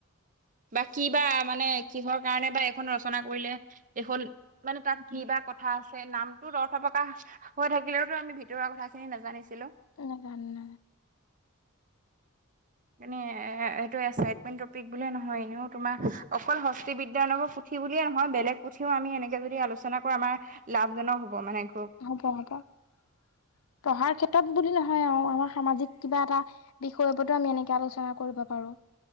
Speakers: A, on the right; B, on the left.
A: বা কি বা মানে কিহৰ কাৰণে বা এইখন ৰচনা কৰিলে এখন মানে তাত কিবা ক থা আছে নামটোত অৰ্থ প্ৰকাশ হৈ থাকিলেওতো আমি ভিতৰুৱা কথাখিনি নেজানিছিলো
B: ন ন ন
A: মানে এ এইটো এচাইটমেন্ট টপিক বুলিয়ে নহয় এনেও তোমাৰ অকল হস্তি বিজ্ঞান পুথি বুলিয়ে নহয় বেলেগ পুথিও আমি এনেকৈ যদি আলোচনা কৰোঁ আমাৰ লাভজনক হ'ব মানে খুব
B: হ'ব হ'ব পঢ়াৰ ক্ষেত্ৰত বুলি নহয় আৰু আমাৰ সামাজিক কিবা এটা বিষয় ওপৰতো আমি এনেকে আলোচনা কৰিব পাৰো